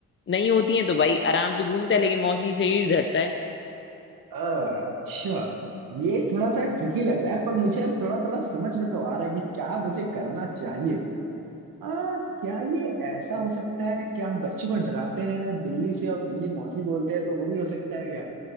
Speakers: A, on the left; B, on the right.
A: नहीं होती है तो भाई आराम से घूमता है लेकिन मौसी से ही डरता है
B: आ, अच्छा ये थोड़ा सा ट्रिकी लग रहा है पर मुझे अब थोड़ा थोड़ा समझ में तो आ रहा है कि क्या मुझे करना चाहिए आ, क्या ये ऐसा हो सकता है क्या हम बच्चों को डराते हैं बिल्ली से और बिल्ली मौसी बोलते हैं तो वो भी हो सकता है क्या